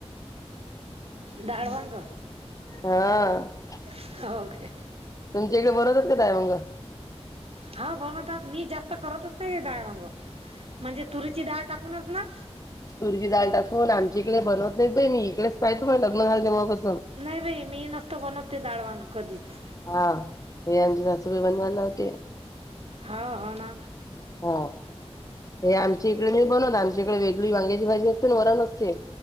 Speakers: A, on the left; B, on the right.
A: हा.
B: डाळ वांग हो काय
A: तुमच्या इकडे बनवतात का तय मंग
B: हा ब मी जास्त करतच नाही ते ब डाळ वांग म्हणजे तुरीची डाळ टाकूनच ना
A: तुरची डाळ टाकून आमची इकडे बनवत नाहीत बाई मी इकडेच पाय तुम्हाला लग्न झाल तेव्हा बस
B: नाही बाई मी नसत बनतते डाळ वांग कधीच
A: हा हे आमची सासूबाई बनवायला लावते.
B: हो हो ना.
A: हा हे आमच्या इकडे नाय बनवत, आमच्या इकडे वेगळी वांग्याची भाजी असते वरण असते.